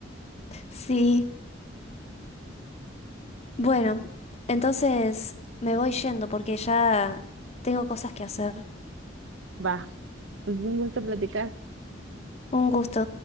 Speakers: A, on the left; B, on the right.
A: Sí, bueno, entonces me voy yendo porque ya tengo cosas que hacer.
B: Va, pues me gusta platicar.
A: Un gusto.